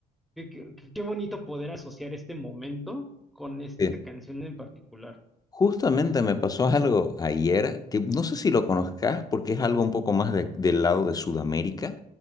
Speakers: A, in the centre; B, on the left (about 20°).
A: qué, qué, qué bonito poder asociar este momento con esta
B: sí.
A: canción en particular.
B: Justamente me pasó algo ayer que no sé si lo conozcas porque es algo un poco más de- del lado de Sudamérica.